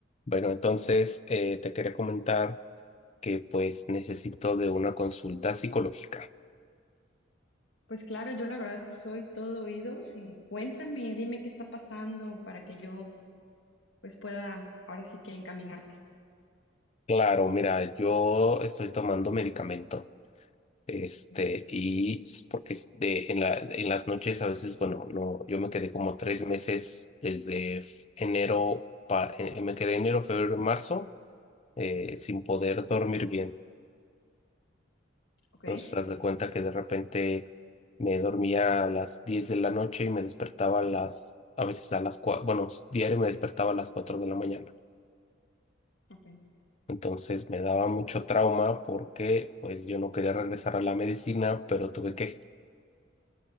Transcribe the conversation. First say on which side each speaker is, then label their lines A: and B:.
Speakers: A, on the left; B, on the left.
A: Bueno, entonces eh, te quería comentar que pues necesito de una consulta psicológica.
B: Pues claro, yo la verdad es que soy todo oídos. eh, cuéntame, dime qué está pasando para que yo pues pueda ahora sí que encaminarte.
A: Claro, mira, yo estoy tomando medicamento, este,
B: ¿sí?
A: y s- porque es de, en la, en las noches a veces, bueno, no, yo me quedé como tres meses desde f- enero, pa- eh, me quedé enero, febrero, marzo, eh, sin poder dormir bien.
B: ¿Ok?
A: Entonces, haz de cuenta que de repente me dormía a las 10 de la noche y me despertaba a las, a veces a las cuatro bueno, diario me despertaba a las 4 de la mañana.
B: Ok.
A: Entonces me daba mucho trauma porque pues yo no quería regresar a la medicina, pero tuve que.